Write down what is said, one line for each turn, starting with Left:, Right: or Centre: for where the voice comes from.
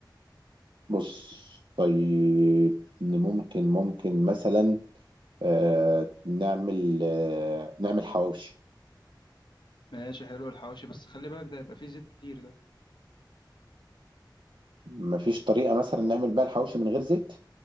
Right: بص طيب إن ممكن ممكن مثلا آه نعمل آه نعمل حواوشي
Left: ماشي حلو الحواوشي بس خلي بالك ده هيبقى فيه زيت كتير ده
Right: مفيش طريقة مثلا نعمل بيها الحواوشي من غير زيت؟